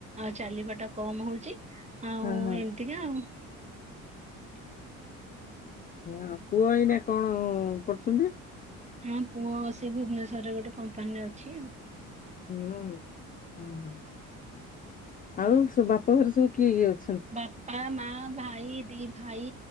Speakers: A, on the right (about 15°); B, on the left (about 20°).
A: ଆଉ ଚାଲିବା ଟା କମ ହଉଛି। ଆଉ
B: ହୁଁ ହୁଁ।
A: <unintelligible>
B: ହୁଁ ପୁଅ ଏଇନା କଣ କରୁଚନ୍ତି।
A: ହହୁଁ ପୁଅ ସେ ଭୁବେନେଶ୍ୱରେ ଗୋଟେ କମ୍ପାନୀରେ ଅଛି ଆଉ।
B: ହୁଁ ଓହୋ ଆଉ ସବୁ ବାପଘର ସବୁ କିଏ କିଏ ଅ
A: ବାପା ମା ଭାଇ। ଦି ଭାଇ